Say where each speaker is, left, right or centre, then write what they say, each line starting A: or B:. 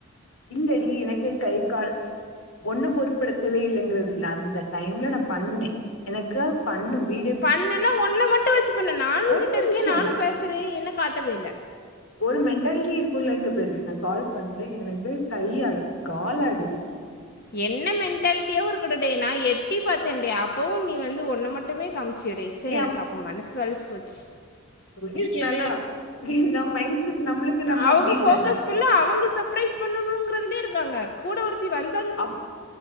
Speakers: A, on the left; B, on the left.
A: இல்லடி எனக்கு வேற கை கால் ஒண்ண பொருட்படுத்தவே இல்லேங்கறத இல்ல அந்த டைம்ல நா பண்ணே எனக்கா பண்ணு வீ
B: பண்ணனா ஒன்ன மட்டு வச்சு பண்ண நானு
A: ஒரு
B: கிட்டருக்கே
A: நிமிஷோ
B: நானு பேசுறே என்ன காட்டவே இல்ல
A: ஒரு மென்டாலிட்டி இருக்குல இங்க பாரு நா கால் பண்றே எனக் கு கை ஆடுது காலாடுது
B: என்ன மென்டாலிட்டியாவுருக்கடே நா எட்டி பாத்தேடே அப்பவு நீ வந்து ஒன்ன மட் டுமே காம்ச்சேயேடே சே
A: ஏ
B: எனக்கு அப்ப மனசு வலிச்சு போச்சு
A: சொல்லிருக்கலாலா நா மைண்ட் செட் நம்மளுக்கு நம்ம
B: அவுங்க
A: அப்டி
B: ஃபோக்கஸ்
A: இல்லனா
B: ஃபுல்லா அவுங்க சர்பிரைஸ் பண்ணணுங்கிறதுலேயே இருக்காங்க கூட ஒருத்தி வந்
A: அம்